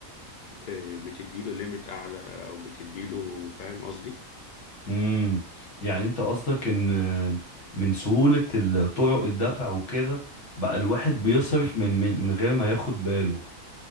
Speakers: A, on the left; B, on the left.
A: آه، بتديله ليميت اعلى او بتديله فاهم قصدي
B: مم. يعني انت قصدك ان من سهولة ال- طرق الدفع وكده بقى الواحد بيصرف من من من غير ما ياخد باله